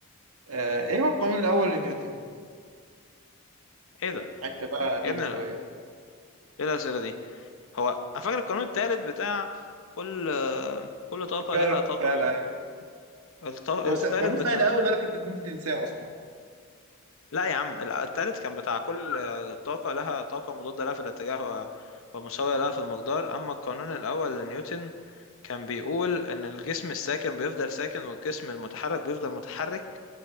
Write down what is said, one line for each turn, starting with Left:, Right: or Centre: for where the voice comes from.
Right: آه ايه هو القانون الاول لنيوتن
Left: إيه ده
Right: حتى بقى قديمه
Left: يا ابني
Right: شويه
Left: لا. إيه الأسئلة دي هو انا فاكر القانون التالت بتاع كل كل طاقة
Right: فعلا
Left: لها طاقة
Right: فعلا
Left: م...
Right: أيوة.
Left: الط- التالت
Right: هو س- قانون
Left: بتاع
Right: سهل قوي لدرجه انك ممكن تنساه اصلا
Left: لا يا عم الع- التالت كان بتاع كل طاقة لها طاقة مضادة لها في الاتجاه و... ومساوية لها في المقدار أما القانون الأول لنيوتن كان بيقول إن الجسم الساكن بيفضل ساكن والجسم المتحرك بيفضل متحرك